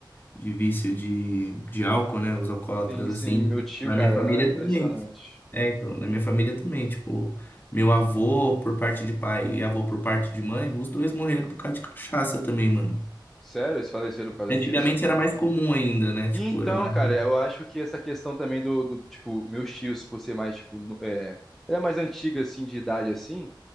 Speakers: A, on the left; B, in the centre.
A: de vício de, de álcool, né? Os alcoólatras,
B: Sim, sim,
A: assim.
B: meu tio,
A: Na
B: cara,
A: minha família
B: era impressionante.
A: também. É, então, na minha família também. Tipo, meu avô por parte de pai e avô por parte de mãe, os dois morreram por causa de cachaça também, mano.
B: Sério? Eles faleceram por causa
A: Antigamente
B: disso?
A: era mais comum ainda, né? Tipo,
B: Então,
A: era mais.
B: cara, eu acho que essa questão também do, do tipo, meus tios, por ser mais, tipo, no- é, era mais antiga, assim, de idade, assim,